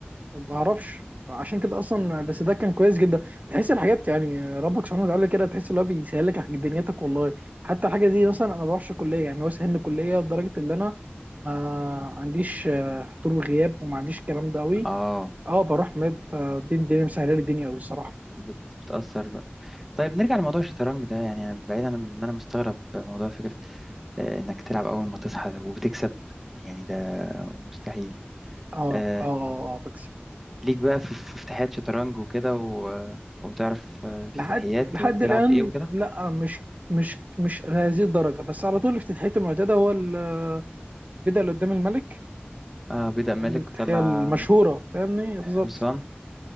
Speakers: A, on the right; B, in the centre.
A: ما بعرفش عشان كده اصلا بس ده كان كويس جدا تحس الحاجات يعني ربك سبحانه وتعالى كده تحس ان هو بيسهل لك دنيتك والله حتى الحاجه دي مثلا انا ما بروحش كليه يعني هو سهل الكليه لدرجه ان انا ما عنديش آه، حضور وغياب وما عنديش الكلام ده قوي
B: اه
A: اه بروح مد فدي الدنيا مسهله لي الدنيا قوي الصراحه
B: بت... بتأثر بقى طيب نرجع لموضوع الشطرنج ده يعني بعيدا عن ان انا مستغرب موضوع فكرة آه، انك تلعب اول ما تصحى ده وبتكسب يعني ده مستحيل
A: اه اه
B: آه،
A: اه اه بكسب
B: ليك بقى في في افتتاحيات شطرنج وكده و... وتعرف آه، افتتاحيات
A: لحد لحد
B: وتلعب
A: الان
B: ايه وكده
A: لا مش مش مش لهذه الدرجه بس على طول افتتاحيه المعتاده هو البدا اللي قدام الملك
B: آه بيبدأ ملك
A: نعمل الافتتاحيه
B: وطلع
A: المشهوره فاهمني بالظبط
B: حصان